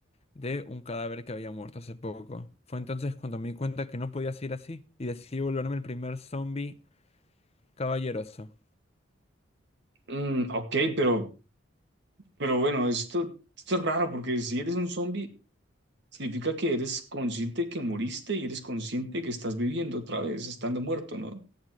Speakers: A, on the left; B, on the right.
A: de un cadáver que había muerto hace poco. Fue entonces cuando me di cuenta que no podía seguir así y decidí volverme el primer zombie caballeroso.
B: Mm, ok, pero, pero bueno, esto, esto es raro porque si eres un zombie, Significa que eres consciente que moriste y eres consciente que estás viviendo otra vez, estando muerto, ¿no?